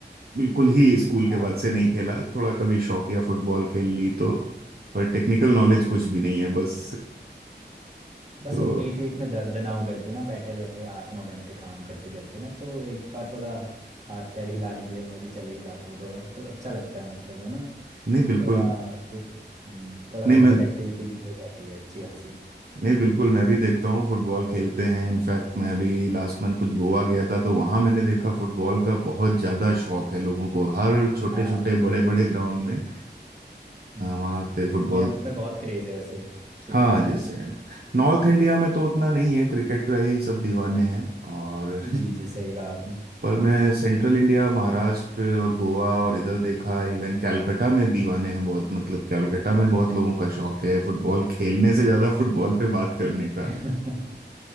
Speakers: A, on the right; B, on the right.
A: बिल्कुल ही स्कूल
B: हाँ
A: के बाद से नहीं खेला थोड़ा कभी शौकिया फुटबॉल खेल ली तो पर टेक्निकल नॉलेज कुछ भी नहीं है बस
B: बस
A: तो
B: वो पीठ वीठ में दर्द ना हो करके ना बैठे बैठे आठ नौ घंटे काम करते करते ना तो एक बार थोड़ा हाथ पैर हिलाने के लिए मैं भी चले ही जाता हूँ थोड़ा तो अच्छा लगता है मतलब वो ना
A: नहीं बिल्कुल
B: थोड़ा फिज- हम्म, थोड़ा फिजिकल
A: नहीं मैं
B: एक्टिविटीज भी हो जाती है अच्छी खासी
A: नहीं बिल्कुल मैं भी देखता हूँ फुटबॉल खेलते हैं इनफैक्ट मैं अभी लास्ट मंथ कुछ गोवा गया था तो वहां मैंने देखा फुटबॉल का बहुत ज्यादा शौक है लोगों को हर छोटे
B: हाँ
A: छोटे
B: इंडिया
A: बड़े बड़े ग्राउंड में
B: हम्म,
A: वहां पे फुटबॉल
B: इंडिया में बहुत जी क्रेज है वैसे फुटबॉल
A: हाँ जैसे
B: का तो
A: नॉर्थ इंडिया में तो उतना नहीं है क्रिकेट का ही सब दीवाने हैं और
B: जी
A: <laughs>
B: जी सही कहा आपने
A: पर मैं सेंट्रल इंडिया महाराष्ट्र और गोवा और इधर देखा इवन कैलकाटा में दीवाने हैं बहुत मतलब कैलकाटा में बहुत लोगों का शौक है फुटबॉल खेलने से ज्यादा फुटबॉल पे बात करने का
B: <laughs>